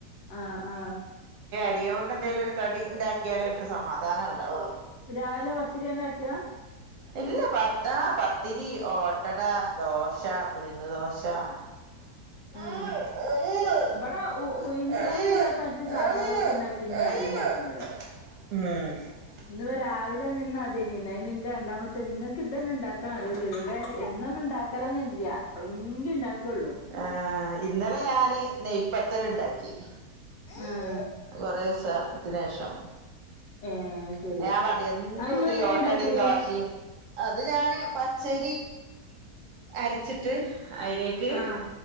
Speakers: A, on the left; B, on the right.
A: ആഹ് ആഹ്-
B: അരി കൊണ്ട് എന്തേലും ഒരു കടിയുണ്ടാക്കിയാലേ അവൾക്ക് സമാധാനം ഉണ്ടാവുള്ളൂ
A: രാവിലെ പത്തിരി ഉണ്ടാക്കിയതാ-
B: ഇല്ല പത്ത് ആഹ് പത്തിരി ഓട്ടട ദോശ ഉഴുന്ന് ദോശ- <inaudible>
A: ആഹ് ഇവിടെ ഉ
B: <inaudible>
A: ഉഴുന്ന് ദോശ ഇല്ലാത്ത മറ്റേ സാധാ ദോശ ഉണ്ടാക്കിണ്ട് അടി
B: മ്ഹ്-
A: ഉണ്ടാക്കും ഇവിടെ ഇന്നിപ്പോ രാവിലെ നിന്ന് അതീ നിന്ന് നിന്റെ രണ്ടാമത്തെ നിങ്ങൾക്ക് ഇതന്നെ ഉണ്ടാക്കാൻ അറിയുള്ളൂ ഇവിടെ എന്നൊന്നും ഉണ്ടാക്കലൊന്നും ഇ ഇല്ലൃ എപ്പളെങ്കി ഇണ്ടാക്കുള്ളൂ-
B: ആഹ് ഇന്നലെ ഞാന് നെയ്പത്തല് ഉണ്ടാക്കി-
A: ആഹ്
B: കൊറേ സ ത്തിന് ശേഷം-
A: ഏഹ് ശരി
B: ഞാൻ പറഞ്ഞ് എന്നും
A: അത് ഇങ്ങള്
B: ഇതീ
A: എങ്ങനെ
B: ഓട്ടടയും
A: ഇണ്ടാക്കല്
B: ദോശയും- അത് ഞാന് പച്ചരി അരച്ചിട്ട്- അതിലേക്ക്
A: ആഹ്